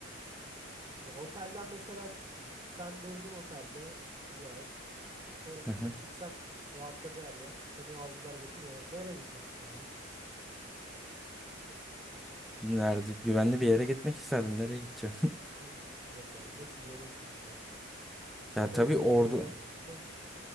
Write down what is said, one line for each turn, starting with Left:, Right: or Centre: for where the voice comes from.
Right: ya otelden mesela sen durdun otelde bir ay. Sonrasında
Centre: hı hı.
Right: çıksan rahatladı her yer. Seni aldılar götürüyorlar. Nereye gitmek isterdin?
Centre: Nerede? Güvenli bir yere gitmek isterdim. Nereye gideceğim? <laughs>
Right: Hı, Yok yani nasıl bir yere gitmek isterdin? Ada
Centre: Ya tabii
Right: gibi
Centre: ordu.
Right: bir yere mi yoksa?